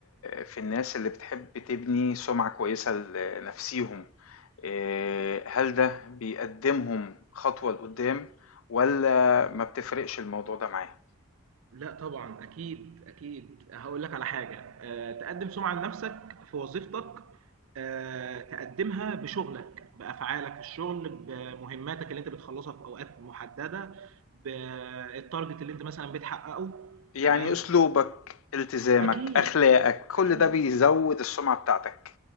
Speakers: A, on the left (about 70°); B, on the right (about 70°).
A: في الناس اللي بتحب تبني سُمعة كويسة لنَفْسيهم، آآ هل ده بيقدّمهم خطوة لقدّام والّا ما بتفرقش الموضوع ده معاه؟
B: لا طبعا اكيد اكيد هقول لك على حاجه أه تقدم سمعه لنفسك في وظيفتك أه تقدمها بشغلك بافعالك في الشغل بمهماتك اللي انت بتخلصها في اوقات محدده بالتارجت اللي انت مثلا بتحققه
A: يعني
B: تمام
A: أسلوبك، التزامك،
B: اكيد
A: أخلاقك، كل
B: أكيد،
A: ده بيزوّد السُمعة بتاعتك.